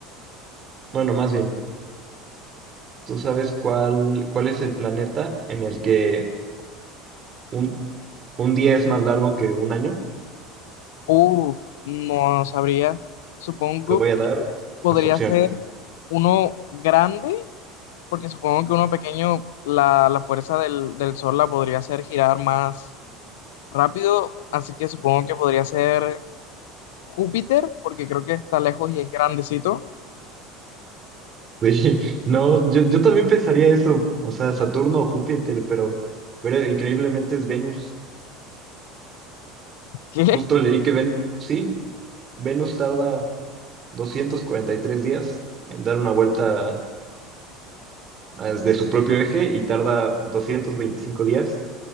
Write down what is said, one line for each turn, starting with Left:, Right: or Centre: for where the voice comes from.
Right: bueno, más bien, ¿tú sabes cuál, cuál es el planeta en el que un, un día es más largo que un año?
Left: Uf, no sabría. Supongo
Right: Te voy a dar
Left: que podría
Right: las opciones.
Left: ser uno grande, porque supongo que uno pequeño, la, la fuerza del, del sol la podría hacer girar más rápido, así que supongo que podría ser Júpiter, porque creo que está lejos y es grandecito.
Right: Sí, <laughs> no, yo, yo también pensaría eso, o sea, Saturno o Júpiter, pero, pero increíblemente es Venus.
Left: ¿Qué?
Right: Justo leí que Ven, sí, Venus tarda. 243 días en dar una vuelta ah, de su propio eje y tarda 225 días